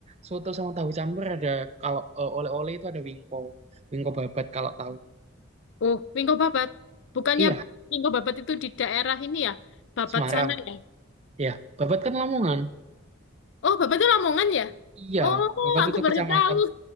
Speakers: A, on the right (about 30°); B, on the left (about 60°).
A: Soto sama tahu campur ada, kalau eh, oleh-oleh itu ada wingko. Wingko babat kalau tahu.
B: Oh, Wingko Babat. Bukannya
A: Iya,
B: Wingko Babat itu di daerah ini ya? Babat
A: Semarang.
B: sana ya?
A: Iya, babat kan Lamongan.
B: Oh, Babat itu Lamongan ya?
A: Iya,
B: Oh,
A: babat
B: aku
A: itu
B: baru
A: kecamatan
B: tahu.